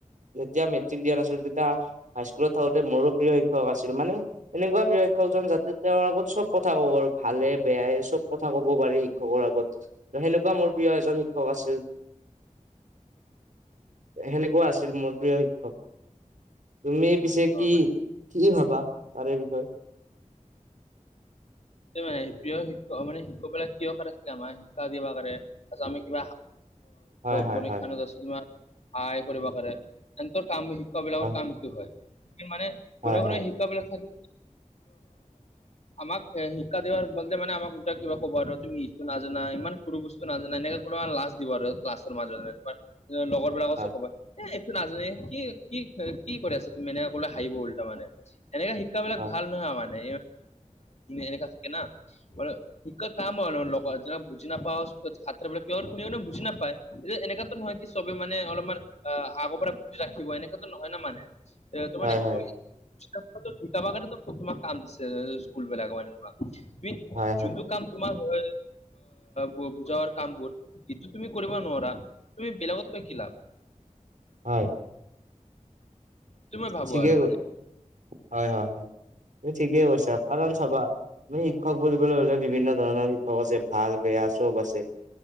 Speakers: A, on the right; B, on the left.
A: যেতিয়া মেট্ৰিক দিয়া নাছিলোঁ তেতিয়া হাইস্কুলত থাকোঁতে মোৰো প্ৰিয় শিক্ষক আছিল মানে এনেকুৱা প্ৰিয় শিক্ষ শিক্ষকজন যাতে তেওঁৰ আগত চব কথা ক'ব পাৰোঁ ভালে বেয়াই চব কথা ক'ব পাৰি। শিক্ষকৰ আগত সেনেকুৱা মোৰ প্ৰিয় এজন শিক্ষক আছিল। সেনেকুৱা আছিল মোৰ প্ৰিয় শিক্ষক। তুমি পিছে কি,
B: অ
A: কি ভাবা তাৰে বিষয়ে?
B: মানে শিক্ষক মানে, শিক্ষক বিলাক কিহৰ কাৰণে, আমাৰ শিক্ষা কিবা কাৰণে তাৰপিছত আমি কিবা
A: হয় হয়
B: পৰীক্ষা
A: হয়
B: ন আছোঁ, তোমালোকক সহায় কৰিব পাৰে। এ কাম শিক্ষকবিলাকৰ
A: হয়
B: কাম কি হয়। মানে কোনে
A: হয়
B: কোনে
A: হয়
B: শিক্ষাবিলাক থাকে। আমাক- শিক্ষা দিয়াৰ বদলি মানে আমাক ওলটাই কিবা ক'ব আৰু। তুমি ইটো নাজানা, ইমান সৰু বস্তু নাজানা, এনেকে কোনোবাই লাজ দিব আৰু ক্লাছৰ মাজত, লগৰ বিলাকো
A: হয়
B: চক এ নাজানে, কি কি কৰি আছা। তুমি এনেকে ক'লে হাহিব 'ল তাৰ মানে এনেকা। শিক্ষাবিলাক
A: হয়
B: ভাল নহয় মানে, এনেকা থাকে ন। শিক্ষা কাম হ'ল যোনে যোনে বুজি নাপায়, সিহঁতক কোনোনে বুজি নাপায়। এনেকাতো নহয়, কি চবে মানে অলপমান আগৰ পৰা বুজি ৰাখিব। এনেকুৱাতো নহয় না মানে। এ
A: হয় হয়
B: শিকাব কাৰণেটো তোমাক কাম দিছে, স্কুলবিলাক মানে তোমাক। তুমি,
A: হয়
B: যোনটো
A: হয়
B: কাম তোমাৰ হয়ে। বুজাৰ কামবোৰ, কিন্তু তুমি কৰিবা নোৱাৰা। তুমি বেলেগত গৈ কি লাভ।
A: হয়।
B: সেইটো মই ভাবো
A: ঠিকেই
B: আৰু
A: ক,
B: মানে
A: হয় হয়। এই ঠিকেই কৈছাঁ। কাৰণ চাবা, তুমি শিক্ষক বুলিবলৈ হ'লে, বিভিন্ন ধৰণৰ শিক্ষক আছে ভাল বেয়া চব আছে।